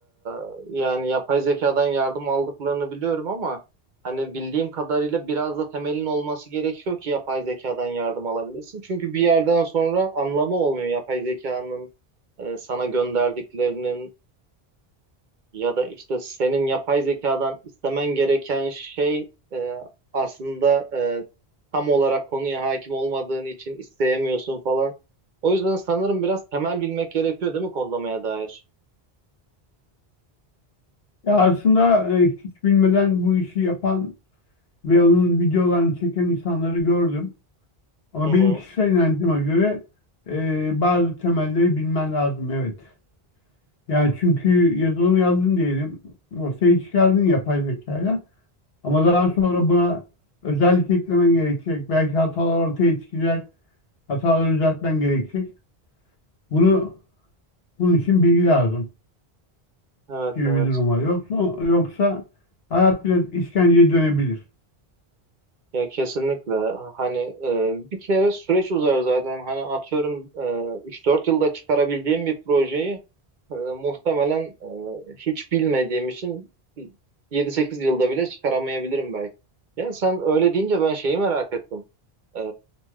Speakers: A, on the right; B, on the left.
A: e, yani yapay zekadan yardım aldıklarını biliyorum ama hani bildiğim kadarıyla biraz da temelin olması gerekiyor ki yapay zekadan yardım alabilirsin. Çünkü bir yerden sonra anlamı olmuyor yapay zekanın e, sana gönderdiklerinin ya da işte senin yapay zekadan istemen gereken şey e, aslında e, tam olarak konuya hakim olmadığın için isteyemiyorsun falan. O yüzden sanırım biraz temel bilmek gerekiyor değil mi kodlamaya dair?
B: Ya aslında e, hiç bilmeden bu işi yapan ve onun videolarını çeken insanları gördüm. Ama
A: Hı
B: benim
A: hı.
B: kişisel inancıma göre e, bazı temelleri bilmen lazım evet. Yani çünkü yazılım yazdın diyelim. Ortaya çıkardın yapay zekayla. Ama daha
A: Hmm,
B: sonra buna özellik eklemen gerekecek. Belki hatalar ortaya çıkacak. Hataları düzeltmen gerekecek. Bunu bunun için bilgi lazım
A: Evet
B: gibi
A: evet
B: bir durum var. Yoksa yoksa hayat biraz işkenceye dönebilir.
A: ya kesinlikle hani e, bir kere süreç uzar zaten hani atıyorum e, 3-4 yılda çıkarabildiğim bir projeyi e, muhtemelen e, hiç bilmediğim için yedi sekiz yılda bile çıkaramayabilirim belki. Ya sen öyle deyince ben şeyi merak ettim. E,